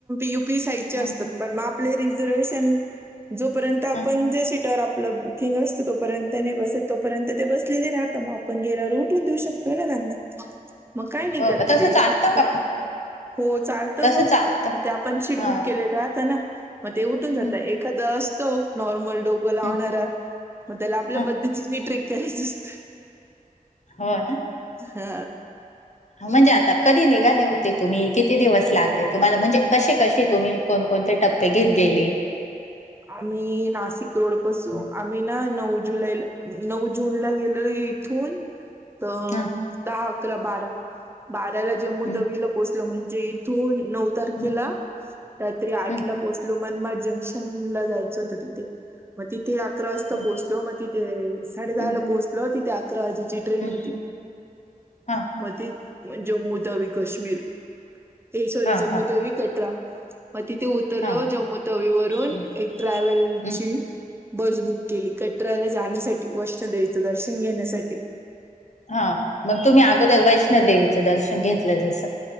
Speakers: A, on the right; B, on the left.
A: युपी साईडचे असतात
B: हं,
A: पण मग आप रिझर्वेशन जोपर्यंत आपण
B: हं,
A: ज सीटवर आप किंग असतं तोपर्यंत नाही बस तोपर्यंत ते बसलेले राहत मग आपण गेरू उठून देऊ शकतो ना त्यांना मग काय नाही
B: हो
A: करते
B: का तसं
A: ते
B: चालतं का पण
A: हो चालत
B: तसं
A: मगग
B: चालतं
A: ते आपण सीट
B: हा
A: बुक केलं. रा मग ते उून जात
B: हं,
A: एखादा असतो नॉर्मल. डोक लावणार
B: हं,
A: मग त्याला आपल्या
B: हं,
A: पद्धती ट्रीट करायच असत.
B: हो ना
A: हा
B: म्हणजे आता कधी निघाले होते तुम्ही किती दिवस लागले, तुम्हाला म्हणजे कसे कसे तुम्ही? कोणकोणते टप्पे घेत गेले?
A: आम्ही नाशिक रोड पासू
B: हं,
A: आम्ही ना नऊ जुलैला नऊ जूनला गेलो इथून ह तर
B: हं,
A: दहा अकरा बारा बाराला जम्मू
B: हं,
A: तवीला पोचलो म्हणजे. त नऊ तारखेला
B: हं,
A: रात्री आठला
B: हं,
A: पोहचलो मनमा जंक्शन यचं होत तिथे मग तिथे अकरा वाजता
B: हं,
A: पो मग तिथे साडे दहाला
B: हं,
A: पोहोचलो तिथे अकराजेची ट्रेन
B: हं.
A: होती
B: हा
A: मग ती जम्मू तवी काश्मीर सॉरी
B: हा
A: जम्मू
B: हा
A: तवी कटरा म तिथे लो
B: हा
A: जम्मू तवी वरून
B: हं,
A: एक ट्रॅव्हल
B: हं,
A: ची बस बुक केली कटराला जाण्यासाठी वैष्णोदेवीच दर्शन घेण्यासाठी.
B: हा मग तुम्ही अगोदर वैष्णो देेवीचं दर्शन घेतलं जसं.